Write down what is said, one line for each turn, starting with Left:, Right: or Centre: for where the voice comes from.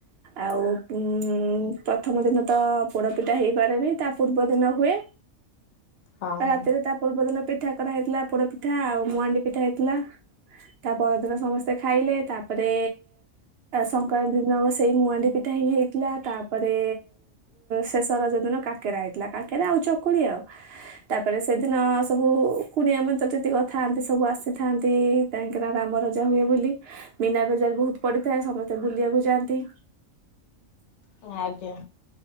Right: ଆଉ ଉ ପ୍ରଥମ ଦିନ ତ ପୋଡପିଠା ହେଇପାରେନି ତା ପୂର୍ବ ଦିନ ହୁଏ
Left: ହଁ
Right: ଆଉ ରାତିରେ ତା ପର୍ବଦିନ ପିଠା କରା ହେଇଥିଲା ପୋଡ ପିଠା ଆଉ ମୁହାଣ୍ଡି ପିଠା ହେଇଥିଲା ତା ପରଦିନ ସମସ୍ତେ ଖାଇଲେ, ତାପରେ ସଂକ୍ରକ୍ରାନ୍ତି ଦିନ ସେଇ ମୁହାଣ୍ଡି ପିଠା ହି ହେଇଥିଲା ତାପରେ ଶେଷ ରଜ ଦିନ କା କାକେରା ହେଇଥିଲା। କାକେରା ଆଉ ଚକୁଳି ଆଉ, ତାପରେ ସେଦିନ ସବୁ କୁଣିଆ ମିତ୍ର ଯେତିକି ଥାନ୍ତି ସବୁ ଆସିଥାନ୍ତି କାହିଁକିନା ରାମ ରଜା ହୁଏ ବୋଲି। ମୀନା ବଜାର ବୋହୁତ୍ ପଡିଥାଏ, ସମସ୍ତେ ବୁଲିବାକୁ ଯାଆନ୍ତି।
Left: ହଁ ଆଜ୍ଞା।